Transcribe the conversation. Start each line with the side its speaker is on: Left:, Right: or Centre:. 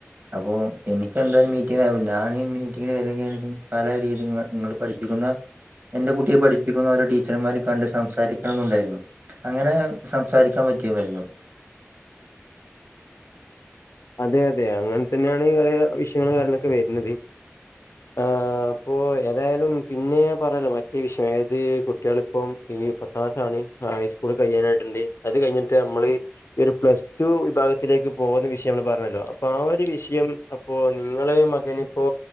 Right: അപ്പോ എനിക്ക് എന്തായാലും മീറ്റിംഗ് ഞാനീ മീറ്റിംഗന് വരങ്കി പല രീതി നിങ്ങൾ പഠിപ്പി എന്റെ കുട്ടിയെ പഠിപ്പിക്കുന്ന ഓരോ ടീച്ചർമാരെയും കണ്ട് സംസാരിക്കണം എന്നുണ്ടായിരുന്നു അങ്ങനെ സംസാരിക്കാൻ പറ്റിയമായിരുന്നു.
Left: അതെ അതെ അങ്ങനെ തന്നെയാണ് കുറേ വിഷയങ്ങളും കാര്യങ്ങളൊക്കെ വരുണത്. ആ അപ്പൊ ഏതായാലും പിന്നെ ഞാൻ പറഞ്ലേ മറ്റേ വിഷയം അതായത് കുട്ടികളിപ്പം ഈ പത്താം ക്ലാസാണ് ഹൈസ്കൂള് കഴിയാനായിട്ടുണ്ട് അത് കഴിഞ്ഞിട്ട് നമ്മള് ഒരു പ്ലസ് ടു വിഭാഗത്തി അത്‌ലേക്ക് പോകുന്ന് വി റ്റി നമ്മൾ പറഞ്ഞല്ലോ അപ്പൊ ആ ഒരു വിഷയം അപ്പോ നിങ്ങള് മകനി ഇപ്പോ